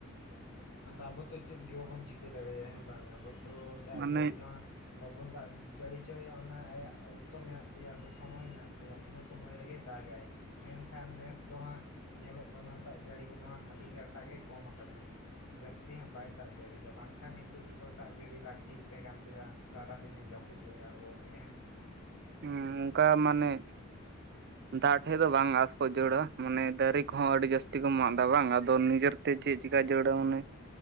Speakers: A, on the left; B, on the right.
A: ᱟᱵᱚ ᱛᱚ ᱪᱮᱫ ᱜᱮ ᱵᱟᱵᱚᱱ ᱪᱤᱠᱟᱹ ᱫᱟᱲᱮᱭᱟᱜᱼᱟ ᱦᱮᱸ ᱵᱟᱝ ᱟᱵᱚ ᱛᱚ ᱫᱟᱜ
B: ᱢᱟᱱᱮ
A: ᱡᱟᱹᱲᱤ ᱛᱮᱢᱟ ᱵᱟᱵᱚᱱ ᱫᱟᱜ ᱡᱟᱹᱲᱤ ᱦᱚᱪᱚᱭᱮᱭᱟ ᱚᱱᱟ ᱟᱭᱟᱜ ᱚᱠᱛᱚ ᱢᱮᱱᱟᱜ ᱛᱟᱭᱟ ᱥᱮ ᱥᱚᱢᱚᱭ ᱢᱮᱱᱟᱜ ᱛᱟᱭᱟ ᱤᱱᱟᱹ ᱥᱚᱢᱚᱭ ᱨᱮᱜᱮ ᱫᱟᱜᱟᱭ ᱢᱮᱱᱠᱷᱟᱱ ᱱᱮᱥ ᱫᱚ ᱦᱟᱸᱜ ᱧᱮᱞᱚᱜ ᱠᱟᱱᱟ ᱫᱟᱜ ᱡᱟᱹᱲᱤ ᱠᱚᱫᱚ ᱦᱟᱸᱜ ᱟᱹᱰᱤᱜᱟᱱ᱾ ᱴᱟ ᱜᱮ ᱠᱚᱢ ᱟᱠᱟᱱᱟ᱾ ᱡᱟᱹᱥᱛᱤ ᱦᱟᱸᱜ ᱵᱟᱭ ᱫᱟᱜ ᱡᱟᱹᱲᱤᱭᱮᱫᱟ ᱵᱟᱝᱠᱷᱟᱱ ᱱᱤᱛᱚᱜ ᱛᱮᱫᱚ ᱫᱟᱜ ᱡᱟᱹᱲᱤ ᱞᱟᱹᱠᱛᱤ ᱜᱮ ᱛᱟᱦᱮᱸ ᱠᱟᱱ ᱛᱟᱭᱟ᱾ ᱥᱟᱨᱟᱫᱤᱱᱮ ᱡᱟᱹᱯᱩᱫ ᱨᱮ ᱟᱬᱜᱚ <unintelligible>
B: ᱦᱮᱸ ᱚᱱᱠᱟ ᱢᱟᱱᱮ ᱫᱟᱜ ᱴᱷᱮᱡ ᱫᱚ ᱵᱟᱝ ᱟᱸᱥ ᱠᱚ ᱡᱟᱹᱲᱟ ᱢᱟᱱᱮ ᱫᱟᱹᱨᱤ ᱠᱚᱦᱚᱸ ᱟᱹᱰᱤ ᱡᱟᱹᱥᱛᱤ ᱠᱚ ᱢᱟᱜ ᱮᱫᱟ ᱵᱟᱝ ᱟᱫᱚ ᱱᱤᱡᱮᱨ ᱛᱮ ᱪᱮᱫ ᱪᱤᱠᱟ ᱡᱟᱹᱨᱩᱲᱟ ᱢᱚᱱᱮ